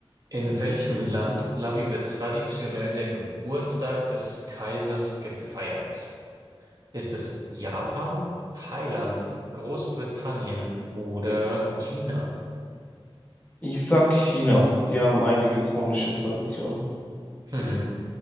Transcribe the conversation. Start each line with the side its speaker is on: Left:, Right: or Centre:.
Right: In welchem Land, Labi, wird traditionell der Geburtstag des Kaisers gefeiert? Ist es Japan, Thailand, Großbritannien oder China? <laughs>
Left: Ich sag China. Die haben einige komische Traditionen.
Right: Hm.